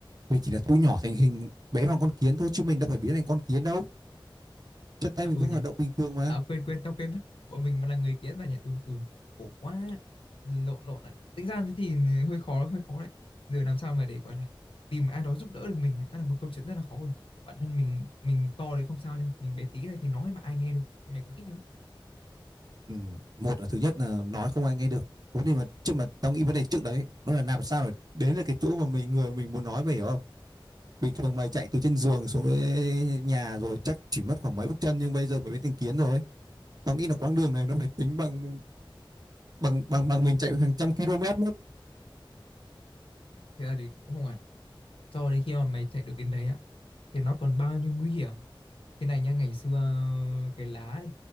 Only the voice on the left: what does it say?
à,
ừ
nhỉ
à quên quên tao quên mất bọn mình mà là người kiến mà nhỉ ừ ừ khổ quá lộn lộn ạ tính ra thì hơi khó hơi khó đấy giờ làm sao mà để gọi là tìm ai đó giúp đỡ được mình đã là một câu chuyện rất là khó rồi bản thân mình mình to thì không sao nha mình bé tí này thì nói mà ai nghe được mày có nghĩ thế không
thì là thì cũng không hẳn Sau đấy khi mà mày chạy được đến đấy á thì nó còn bao nhiêu nguy hiểm. Thế này nha, ngày xưa ờ, cái lá đi,